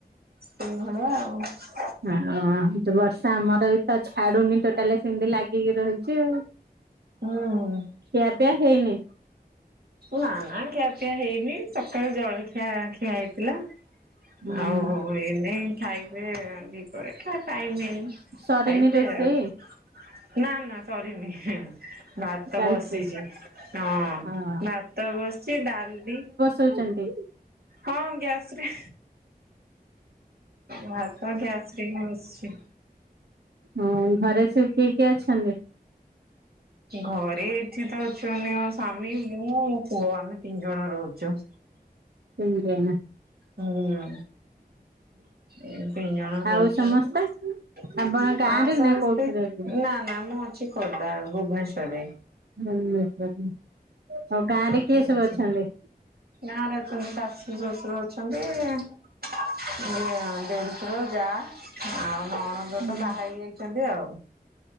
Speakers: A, on the right (about 70°); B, on the right (about 85°).
A: ସେଇଭଳିଆ ଆଉ।
B: ହଁ, ହଉଛି ବର୍ଷା ଆମର ବି ତ ଛାଡୁନି ଟୋଟାଲି ସେମତି ଲାଗି ଲାଗିକି ରହିଛି ଆଉ।
A: ହୁଁ।
B: ଖିଆପିଆ ହେଇନି?
A: ନା ନା ଖିଆ ପିଆ ହେଇନି, ସକାଳୁ ଜଳଖିଆ ଖିଆ ହେଇଥିଲା।
B: ହୁଁ
A: ଆଉ ଏନେଇ ଖାଇବେ, ଦ୍ୱିପହରେ ଖାଇ ଖାଇନେଇ,
B: ସରିନି
A: ଖାଇବି
B: ରୋଷେଇ
A: ଆଉ। ନା ନା ସରିନି। ଇଁ ହିଁ। ଭାତ ତ
B: ଚାଲିଛି।
A: ବସିଚି ହଁ।
B: ହଁ
A: ଭାତ ବସିଛି, ଡାଲ ବି
B: ଉଛନ୍ତି
A: ହଁ, ଗ୍ୟାସରେ। ଭାତ ଗ୍ୟାସରେ ହିଁ ବସିଛି।
B: ହୁଁ, ଘରେ ସବୁ କିଏ କିଏ ଅଛନ୍ତି?
A: ଘରେ ଏଠି ତ ଅଛନ୍ତି ମୋ ସ୍ୱାମୀ, ମୁଁ, ମୋ ପୁଅ, ଆମେ ତିନି ଜଣ ରହୁଛୁ।
B: ତିନିଜଣ।
A: ହୁଁ। ଏଇ ତିନିଜଣ
B: ଆଉ
A: ରହୁଛୁ
B: ସମସ୍ତେ
A: ଆଉ।
B: ଆପଣ ଗାଁ
A: ଆଉ
B: ରେ
A: ସମସ୍ତେ?
B: ନା କୋଉଠି ରହୁଛନ୍ତି?
A: ନା ନା, ମୁଁ ଅଛି ଖୋର୍ଦ୍ଧା, ଭୁବନେଶ୍ୱରରେ।
B: ତମେ ଅଛ। ଆଉ
A: ଠିକ
B: ଗାଁରେ
A: ଅଛି
B: କିଏ ସବୁ ଅଛନ୍ତି?
A: ଗାଁରେ ଅଛନ୍ତି, ଶାଶୂ ଶ୍ଵଶୁର ଅଛନ୍ତି ଦିଅର ଦେଡୁଶୁର, ଯା। ଆଉ ନଣନ୍ଦ
B: ହୁଁ
A: ତ ବାହା ହେଇଯାଇଛନ୍ତି ଆଉ।